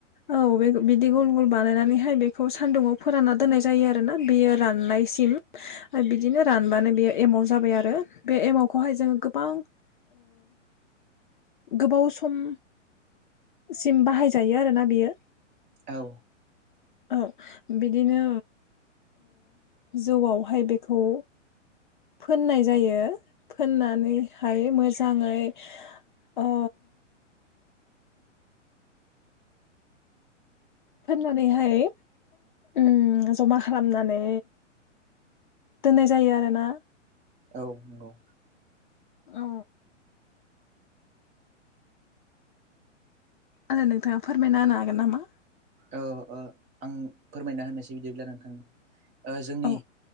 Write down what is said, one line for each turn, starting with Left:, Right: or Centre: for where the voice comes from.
Left: औ बे बिदि गल गल बानायनानैहाय बेखौ सान्दुंङाव फोरानना दोननाय जायो आरो ना बेयो राननायसिम बिदिनो रानबानो बेयो एमाव जाबाय आरो बे एमावखौहाय जोङो गोबां गोबाव सम सिम बाहायजायो आरोना बियो
Right: औ
Left: औ बिदिनो जौआवहाय बेखौ फोननाय जायो फोननानैहाय मोजाङै फाननानैहाय जमा खालामनानै दोननाय जायो आरोना
Right: औ नंगौ
Left: औ आरो नोंथाङा फोरमायना होनो हागोन नामा
Right: आं फोरमायना होनोसै बिदिब्ला नोंथांनो जोंनि
Left: औ